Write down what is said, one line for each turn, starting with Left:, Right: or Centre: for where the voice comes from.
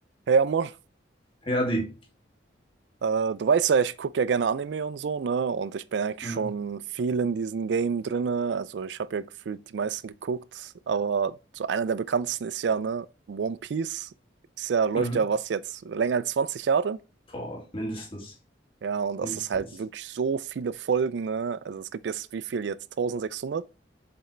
Right: Hey Amor,
Left: Herdi.
Right: äh, du weißt ja, ich gucke ja gerne Anime und so, ne? Und ich bin eigentlich
Left: Mhm.
Right: schon viel in diesem Game drinne. Also ich habe ja gefühlt die meisten geguckt, aber so einer der bekanntesten ist ja, ne, One Piece. Ist ja, läuft
Left: Mhm.
Right: ja was jetzt länger als 20 Jahre.
Left: Boah, mindestens.
Right: Ja, und das
Left: Mindestens.
Right: ist halt wirklich so viele Folgen, ne? Also es gibt jetzt wie viel jetzt? 1600?